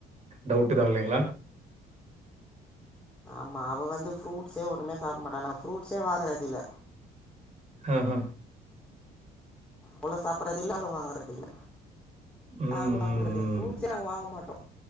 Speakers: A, on the right (about 40°); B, in the centre.
A: டவுட்டு தா இல்லேங்களா
B: ஆமா அவ வந்து ஃப்ரூட்ஸே ஒன்னுமே சாப்ட மாட்டா நா ஃப்ரூட்ஸே வாங்கறதில்ல
A: அ அ
B: அவ்ளோ சாப்பட்றது இல்ல அவ்ளோ வாங்கறது இல்ல
A: ம்.
B: அவங்க
A: ம்.
B: சாப்பட்றது எப் ஃப்ரூட்ஸே
A: ம்.
B: நாங் வாங்க மாட்டோ